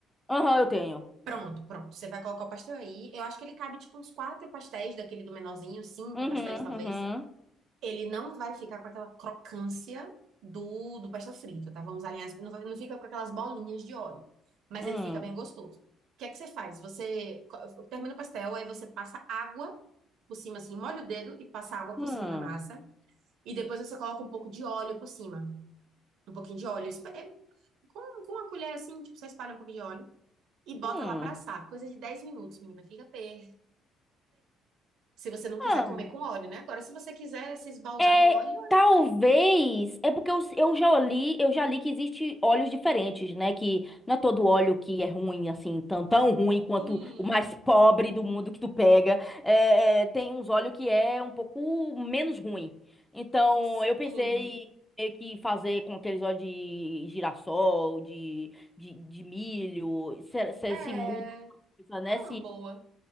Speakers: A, in the centre; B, on the right.
A: aham, eu tenho.
B: Pronto, pronto. Você vai colocar o pastel aí. Eu acho que ele cabe tipo uns quatro pastéis, daquele do menorzinho, cinco
A: Uhum,
B: pastéis talvez.
A: uhum.
B: Ele não vai ficar com aquela crocância do, do pastel frito, tá? Vamos alinhar. as- Não, vai- não fica com aquelas bolinhas de óleo, mas
A: Hum,
B: ele fica bem gostoso. O que é que você faz? Você co- termina o pastel, aí você passa água por cima, assim, molha o dedo e passa água
A: hum,
B: por cima da massa. E depois você coloca um pouco de óleo por cima. Um pouquinho de óleo. é- com, com uma colher assim, tipo, você espalha um pouco de óleo e bota
A: hum.
B: lá pra assar. Coisa de 10 minutos, menina. Fica perfeito. Se você não quiser
A: Ah,
B: comer com óleo, né? Agora, se você quiser se esbaldar
A: É,
B: no óleo,
A: talvez,
B: vai.
A: é porque eu, eu já li, eu já li que existe óleos diferentes, né? Que não é todo óleo que é ruim, assim, tão, tão ruim quanto
B: Sim,
A: o mais <laughs> pobre do mundo que tu pega. É, é, tem uns óleos que é um pouco menos ruim. Então,
B: sim.
A: eu pensei meio que fazer com aqueles óleos de girassol, de, de, de milho, se, se,
B: É,
A: se muda alguma
B: é
A: coisa, né?
B: uma boa.